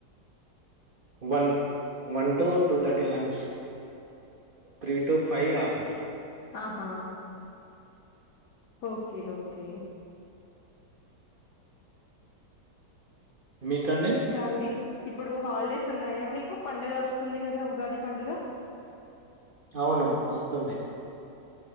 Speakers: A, on the right; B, on the left.
A: one one to two thirty lunch three to five office
B: ఆహా ఓకే ఓకే
A: మీకండి
B: ఇంకా అండి ఇప్పుడు హాలిడేస్ ఉన్నాయా మీకు పండుగ వస్తుంది కదా ఉగాది పండుగ
A: అవును వస్తున్నా య్